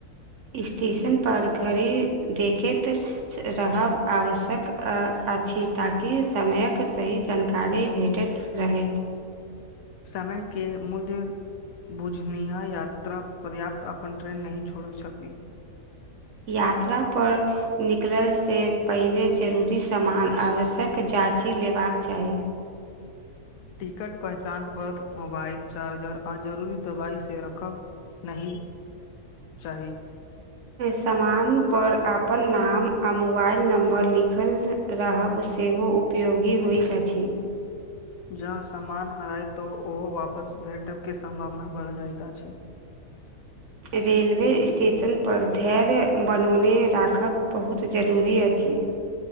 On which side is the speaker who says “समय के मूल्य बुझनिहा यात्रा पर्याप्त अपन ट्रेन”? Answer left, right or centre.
Left